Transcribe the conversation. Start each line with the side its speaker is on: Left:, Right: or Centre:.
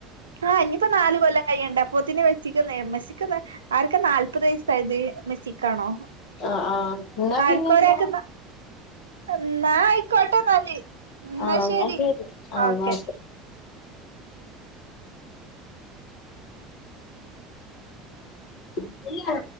Right: ആഹ് ഇനിയിപ്പോ നാല് കൊല്ലം കൈയുണ്ട പത്തിനെ വെച്ചിക്കുന്നമശിക്കുന്ന ആർക്കെ നാല്പത് വയസ്സായത് മെസ്സിക്കാണോ
Left: ആഹ് ആഹ് എന്നാ
Right: ആർക്കോരാക്കെ
Left: പിന്നെന്താ
Right: എന്നാ ആയിക്കോട്ടന്നാലി എന്നാ
Left: ആഹ്
Right: ശെരി
Left: ശരി ആഹ്
Right: ഓക്കെ
Left: എന്നാ ഓക്കെ